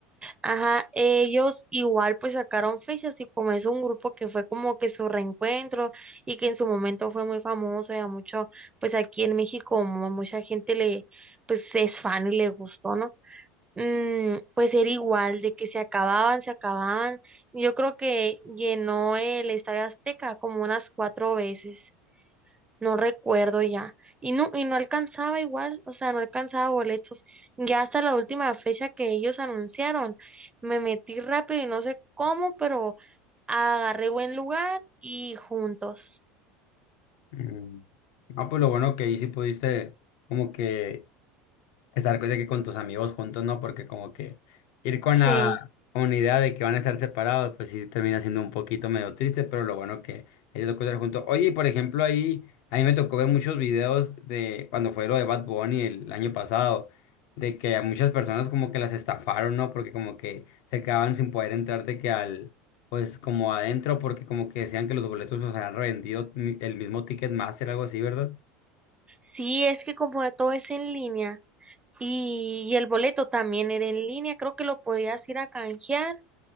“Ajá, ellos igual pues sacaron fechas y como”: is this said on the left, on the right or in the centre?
Right